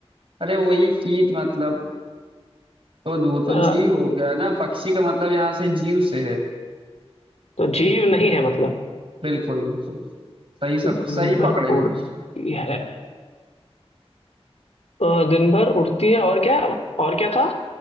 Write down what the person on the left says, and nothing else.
अ,
तो जीव नहीं है मतलब
दिन
भर
उड़ती है अ, दिन भर उड़ती है और क्या और क्या था